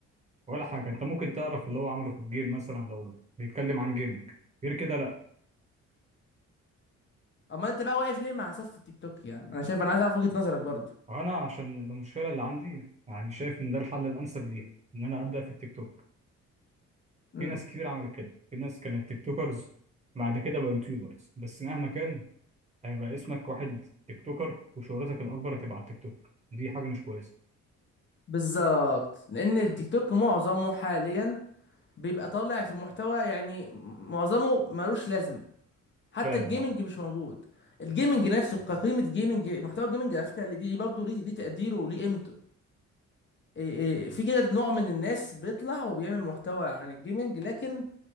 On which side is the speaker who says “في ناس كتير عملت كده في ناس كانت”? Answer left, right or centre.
Right